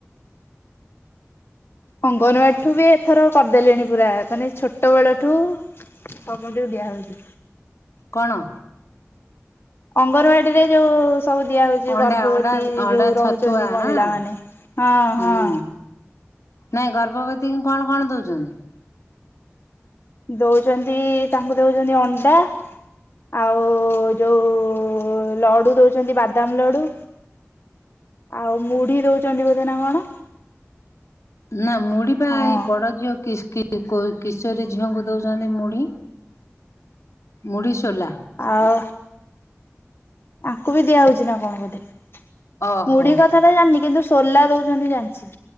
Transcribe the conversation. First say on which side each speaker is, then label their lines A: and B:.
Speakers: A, on the left; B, on the left.
A: ଅଙ୍ଗନବାଡ଼ିଠୁ ବି ଏଥର କରିଦେଲେଣି ପୁରା ମାନେ ଛୋଟ ବେଳଠୁ ସମତିଉଁ ଦିଆହଉଚି।
B: କଣ?
A: ଅଙ୍ଗନବାଡ଼ିରେ ଯୋଉ ସବୁ ଦିଆ ହଉଚି
B: ଅଣ୍ଡା
A: ଗର୍ଭବତୀ
B: ଅଣ୍ଡା ଅଣ୍ଡା
A: ଯୋଉ
B: ଛତୁଆ
A: ରହୁଚନ୍ତି ମହିଳାମାନେ
B: ହାଁ
A: ହଁ
B: ହୁଁ
A: ହଁ।
B: ନାଇଁ ଗର୍ଭବତୀଙ୍କୁ କଣ କଣ ଦୋଉଚନ୍ତି?
A: ଦୋଉଚନ୍ତି ତାଙ୍କୁ ଦୋଉଚନ୍ତି ଅଣ୍ଡା ଆଉ ଯୋଉ ଲଡ଼ୁ ଦୋଉଚନ୍ତି ବାଦାମ ଲଡ଼ୁ। ଆଉ ମୁଢ଼ି ଦଉଚନ୍ତି ବୋଧେ ନାଁ କଣ।
B: ନାଁ ମୁଢ଼ି ପା
A: ହଁ
B: ଏଇ ବଡ଼ ଝିଅ କିସ୍ କି ଏ କୋ କିଶୋରୀ ଝିଅଙ୍କୁ ଦୋଉଚନ୍ତି ମୁଢ଼ି। ମୁଢ଼ି, ସୋଲା।
A: ଆଉ ଆଙ୍କୁ ବି ଦିଆ ହୋଉଚି ନାଁ କଣ ବୋଧେ।
B: ଓହୋ
A: ମୁଢି କଥା ଟା ଜାଣିିନି କିନ୍ତୁ ସୋଲା ଦଉଛନ୍ତି ଜାଣିଛି।